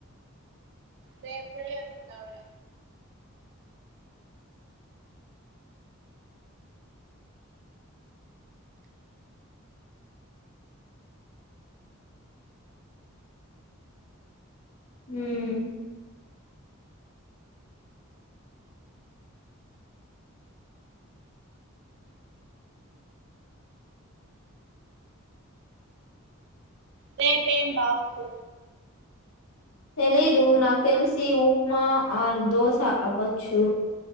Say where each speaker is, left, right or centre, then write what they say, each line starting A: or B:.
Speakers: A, on the right; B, on the left.
A: లైబ్రరీ అంటుంది ఆవిడ
B: హుమ్
A: రేపేం బాక్సు
B: తెలీదు నాకు తెలిసి ఉప్మా ఆర్ దోశ అవ్వచ్చు